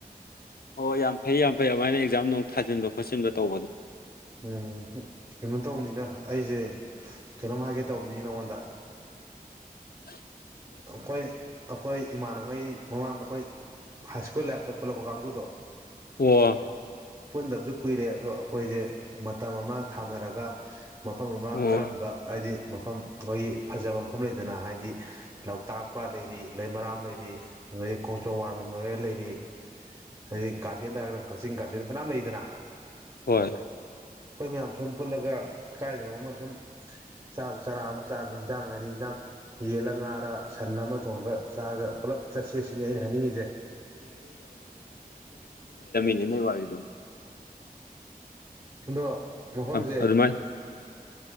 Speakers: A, on the left (about 80°); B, on the right (about 30°).
A: ꯑꯣ ꯌꯥꯝ ꯐꯩ ꯌꯥꯝ ꯐꯩ ꯑꯗꯨꯃꯥꯏꯅ ꯑꯦꯛꯖꯥꯝ ꯅꯨꯡ ꯊꯥꯖꯤꯟꯕ ꯈꯣꯠꯆꯤꯟꯕ ꯇꯧꯕꯗꯣ
B: ꯎꯝ ꯀꯩꯅꯣ ꯇꯧꯕꯅꯤꯅ ꯑꯩꯁꯦ ꯀꯩꯅꯣꯝ ꯍꯥꯏꯒꯦ ꯇꯧꯕꯅꯤ ꯅꯉꯣꯟꯗ
A: ꯎ
B: ꯑꯩꯈꯣꯏ ꯑꯩꯈꯣꯏ ꯏꯃꯥꯟꯉꯩ ꯃꯃꯥꯡꯗ ꯑꯩꯈꯣꯏ ꯍꯥꯏ ꯁ꯭ꯀꯨꯜ ꯂꯥꯏꯞꯇ ꯐꯂꯕ ꯀꯥꯡꯕꯨꯗꯣ
A: ꯑꯣ
B: ꯄꯨꯟꯗꯕꯁꯨ ꯀꯨꯏꯔꯦ ꯑꯗꯣ ꯑꯩꯈꯣꯏꯁꯦ ꯃꯇꯝ ꯑꯃ ꯊꯥꯅꯔꯒ ꯃꯐꯝ ꯑꯃ
A: ꯑꯣ
B: ꯀꯔꯝꯕ ꯍꯥꯏꯗꯤ ꯃꯐꯝ ꯑꯩꯈꯣꯏꯒꯤ ꯐꯖꯕ ꯃꯐꯝ ꯂꯩꯗꯅ ꯍꯥꯏꯗꯤ ꯂꯣꯛꯇꯥꯛ ꯄ ꯂꯩꯔꯤ ꯂꯩꯃꯔꯥꯝ ꯂꯩꯔꯤ ꯑꯗꯩ ꯈꯣꯡꯆꯣꯝ ꯋꯥꯔ ꯃꯦꯃꯣꯔꯤꯌꯦꯜ ꯂꯩꯔꯤ ꯑꯗꯩꯒꯥ ꯀꯁꯤꯤꯡ ꯀ ꯃꯅꯥꯝ ꯂꯩꯗꯅ ꯑꯩꯈꯣꯏ
A: ꯍꯣꯏ
B: ꯃꯌꯥꯝ ꯁꯨꯝ ꯄꯨꯜꯂꯒ ꯀꯥꯏꯗꯅꯣ ꯑꯃ ꯁꯨꯝ ꯆꯥꯛ ꯆꯔꯥ ꯑꯃ ꯆꯥꯔꯒ ꯌꯦꯟꯖꯥꯡ ꯍꯥꯏꯗꯤ ꯌꯦꯟꯖꯥꯡ ꯌꯦꯜꯂ ꯉꯥꯔ ꯁꯟ ꯑꯃ ꯊꯣꯡꯉꯒ ꯆꯥꯔꯒ ꯄꯨꯜꯂꯞ ꯆꯠꯁꯦꯠ ꯁꯤꯅꯤ ꯑꯩꯅ ꯍꯥꯏꯅꯤꯡꯉꯤꯁꯦ
A: ꯌꯦꯅꯦꯕꯏ ꯝ
B: ꯑꯗꯣ ꯃꯐꯝꯁꯦ
A: ꯑ ꯑꯗꯨ ꯃꯥ